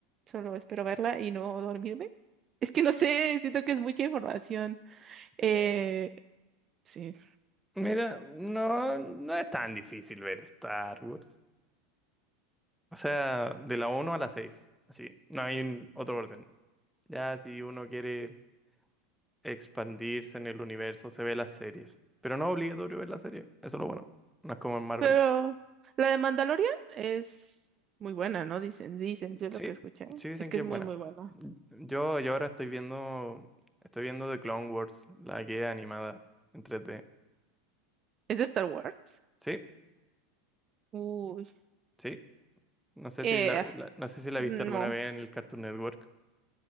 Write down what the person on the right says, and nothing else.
Solo espero verla y no dormirme. Es que no sé, siento que es mucha información. Eh,
sí,
Pero la de Mandalorian es muy buena, ¿no? Dicen, dicen, yo
lo que escuché
es que
es
muy,
muy buena.
¿Es de Star Wars?
Uy,
eh,
no,